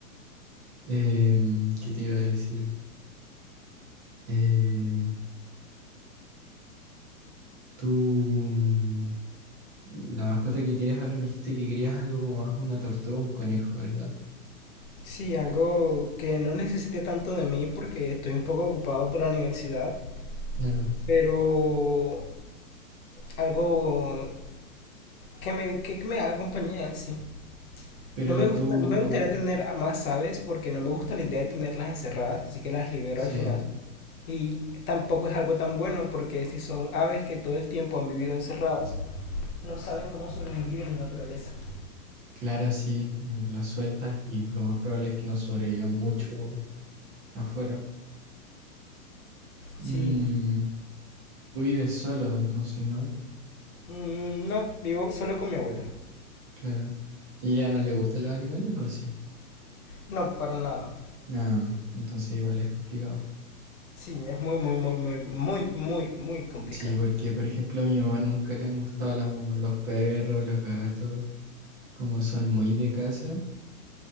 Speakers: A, on the right; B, on the left.
A: Em, ¿qué te iba a decir? Eh, tú, mm, la mascota que quieres ahora me dijiste que querías algo como más una tortuga o un conejo, ¿verdad?
B: Sí, algo que no necesité tanto de mí porque estoy un poco ocupado por la universidad,
A: Claro.
B: pero algo que me, que me haga compañía en sí.
A: Pero
B: No me gusta,
A: tú
B: no me gustaría tener a más aves porque no me gusta la idea de tenerlas encerradas, así que las libero
A: Sí,
B: al final. Y tampoco es algo tan bueno porque si son aves que todo el tiempo han vivido encerradas, no saben cómo sobrevivir en la naturaleza.
A: claro, sí, lo sueltas y lo más probable es que no sobreviva mucho afuera. Mm,
B: Sí,
A: tú vives solo, entonces no,
B: Mm, No, vivo solo con mi abuela.
A: claro. ¿Y ya no le gustan los animales o sí?
B: No, para nada.
A: No, entonces igual es complicado.
B: Sí, es muy, muy, muy, muy, muy, muy, muy complicado.
A: Sí, porque por ejemplo a mi mamá nunca le han gustado la- los perros, los gatos, como son muy de casa.